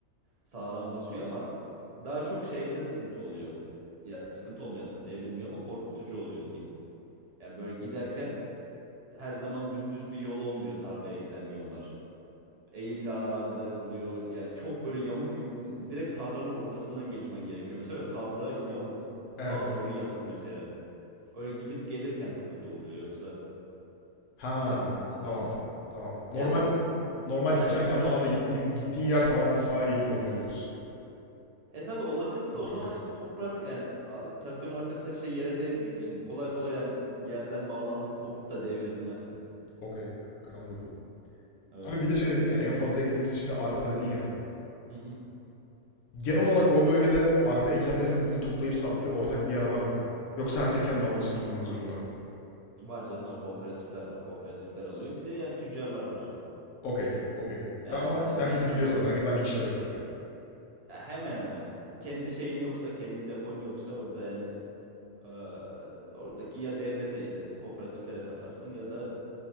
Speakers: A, on the right; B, on the left.
A: sağıran basıyor ama daha çok şeyde sıkıntı oluyor. Ya sıkıntı olmuyor aslında devrilmiyor ama korkutucu oluyor diyeyim. Yani böyle giderken her zaman dümdüz bir yol olmuyor tarlaya giden yollar. Eğimli araziler oluyor. Yani çok böyle yamuk yumuk direkt tarlanın ortasından geçmen gerekiyor mesela ve tarla yamuk. Sağa
B: Evet.
A: doğru yatık mesela. Öyle gidip gelirken sıkıntı oluyor yoksa
B: Ha,
A: şeyde sıkıntı
B: tamam.
A: olmuyor.
B: Tamam. Normal
A: Yani
B: normal
A: aynen
B: biçerken
A: toprak.
B: falan da gittiğin gittiğin yer tamamen sağa eğik olabilir diyorsun.
A: E tabii olabilir
B: Okey,
A: de o zaman
B: okey.
A: işte toprak yani a, traktörün arkasındaki şey yere değdiği için kolay kolay yani yerden bağlantın kopup da devrilmezsin.
B: Okey, okey, anladım.
A: Öyle.
B: Abi bir de şey dedin ya en fazla ektiğimiz işte arpa dedin ya.
A: Hı hı.
B: Genel olarak o bölgede arpa ekenlerin bunu toplayıp sattığı ortak bir yer var mı? Yoksa herkes kendi alıcısını bulmak zorunda mı?
A: Var canım var kooperatifler var. Kooperatifler alıyor. Bir de yani tüccarlar var.
B: Okey, okey.
A: Yani,
B: Ve ama
A: yani
B: herkes
A: hem
B: biliyor
A: ko
B: zaten. Herkes aynı kişilere satıyor.
A: e, hemen hemen kendi şeyin yoksa kendi depon yoksa orada yani e, oradaki ya devlete işte kooperatiflere satarsın ya da